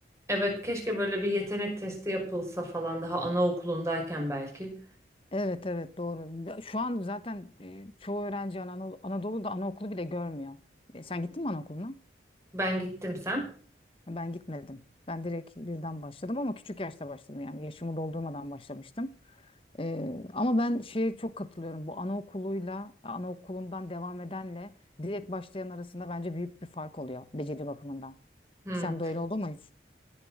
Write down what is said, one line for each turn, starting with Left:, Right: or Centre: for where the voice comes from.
Right: Evet, keşke böyle bir yetenek testi yapılsa falan daha anaokulundayken belki.
Left: Evet evet doğru. Ya Şu an zaten e, çoğu öğrenci Anadolu, Anadolu'da anaokulu bile görmüyor. E, sen gittin mi anaokuluna?
Right: Ben gittim sen.
Left: Ben gitmedim. Ben direkt birden başladım ama küçük yaşta başladım yani yaşımı doldurmadan başlamıştım. Ee, ama ben şeye çok katılıyorum. Bu anaokuluyla, e, anaokulundan devam edenle direkt başlayan arasında bence büyük bir fark oluyor beceri bakımından.
Right: Hmm.
Left: Sen de öyle oldu mu hiç?